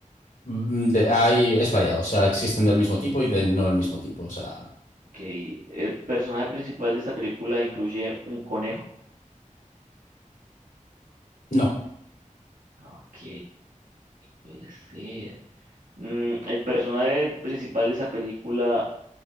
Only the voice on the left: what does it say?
mm, de- hay, es variado. O sea, existen del mismo tipo y de no el mismo tipo. O sea,
no.